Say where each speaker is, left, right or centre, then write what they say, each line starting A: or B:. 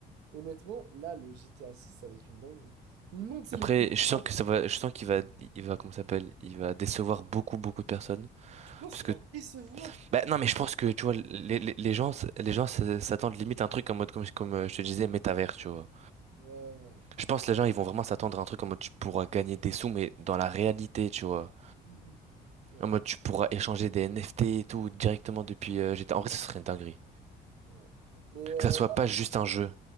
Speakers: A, on the right (about 85°); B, on the right (about 40°).
A: honnêtement, là, le GTA six ça va être une dinguerie. Il monte, c'est
B: Après,
A: les différences.
B: je sens que ça va, je sens qu'il va, il va, comment ça s'appelle, il va décevoir beaucoup, beaucoup de personnes,
A: Tu penses
B: parce
A: qu'il
B: que,
A: va décevoir?
B: bah non, mais je pense que, tu vois, les, les, les gens, les gens s- s'attendent limite à un truc en mode, comme, comme euh, je te disais, métavers, tu vois.
A: Ouais.
B: Je pense que les gens, ils vont vraiment s'attendre à un truc en mode, tu pourras gagner des sous, mais dans la réalité, tu vois.
A: Mhm. Ouais.
B: En mode, tu pourras échanger des NFT et tout directement depuis euh, GTA. En vrai, ce serait une dinguerie.
A: ouais. Mais, euh,
B: Que ça soit pas juste un jeu.